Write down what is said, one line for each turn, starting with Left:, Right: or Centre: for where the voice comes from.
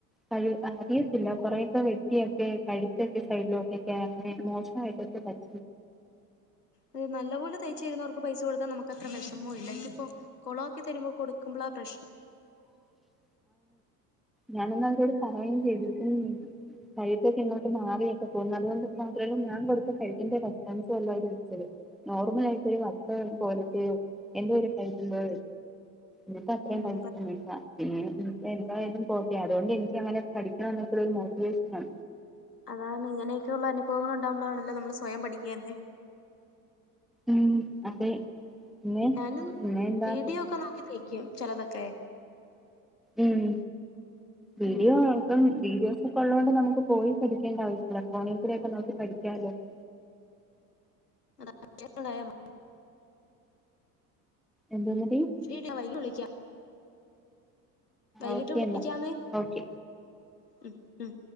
Centre: കഴ അറിയത്തില്ല കുറെൊക്കെ വെട്ടിയൊക്കെ കഴുത്തൊക്കെ സൈഡിലോട്ടൊക്കെ അങ്ങനെ മോശമായിട്ട പച്ച
Left: അത് നല്ല പോലെ തയ്ച്ച തരുന്നവർക്ക് പൈസ കൊടുത്താ നമുക്ക്ത്ര വിഷമോ ഇല്ല ഇതിയിപ്പോ കുളംക്കി തരുമ്പോ കൊടുക്കുമ്പോ പ്രശ്ന
Centre: ഉം ഞാനൊന്ന അതോട് പറയുകയും ചെയ്തിക്കുന്ന കഴത്തൊക്കെ ഇങ്ങോട്ട് മാറിയൊക്കെ പോകുന്നത് അതുകൊണ്ട് മാത്രല്ല ഞാൻ കൊടുത്ത കഴത്തിന്റെ കസ്റ്റൻസുംല്ലോ അവര് വിളിച്ചത് നോർമൽ ആയിട്ട് ഒരു വത്ത പോലത്തെെയോ എന്ത കൈ വ നിക്ക് അത്രയും
Left: ഉം
Centre: പൈസട്ട എനക്ക്ായാലും കോട്ട അതൊണ്ട് എനിക്ക് അങ്ങനെ പഠിക്കണം എന്നൊക്ക ഒരു മോട്ടിവേഷൻണ്
Left: അതാണ് ഇങ്ങനെയൊക്കെയ ഉള്ള അനുഭവങ്ങൾ ഉണ്ടാവുമ്പോാണല്ലോ നമ്മള് സ്വയം പഠിക്കുകന്നെ
Centre: ഉം അതെ പിന്നെ
Left: ഞാന്
Centre: പിന്നെ എന്താ
Left: വീഡിയോ ഒക്കെ നോക്കി തേക്കും ചിലതൊക്കെ
Centre: ഉം വീഡിയോപ്പം
Left: ഉം
Centre: വീഡി ഒക്കെ ഉള്ളത കൊണ്ട് നമുക്ക് പോയി പഠിക്കേണ്ട ആവശ്യമല്ല ഫോണി കൂടെൊക്കെ നോക്കി പഠിക്കാലോ <inaudible>
Left: അതണ്ടായ <inaudible>
Centre: എന്തുന്നടി
Left: ഫ്രീ വൈകി വിളിക്കാം വൈകിട്ട്
Centre: ഓക്കെ
Left: വിളിക്കാന്നേ
Centre: എന്നാ ഓക്കെ
Left: ഉ ഉം